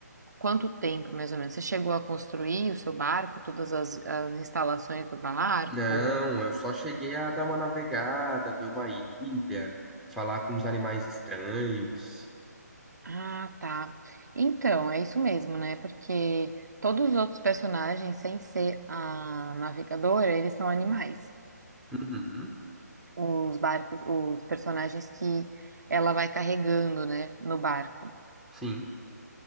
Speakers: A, on the right; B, in the centre.
A: quanto tempo, mais ou menos? Você chegou a construir o seu barco, todas as, as instalações do barco?
B: Não, eu só cheguei a dar uma navegada, ver uma ilha, falar com os animais estranhos.
A: Ah, tá. Então, é isso mesmo, né? Porque todos os outros personagens, sem ser a navegadora, eles são animais.
B: Uhum,
A: os barcos, os personagens que ela vai carregando, né, no barco.
B: sim.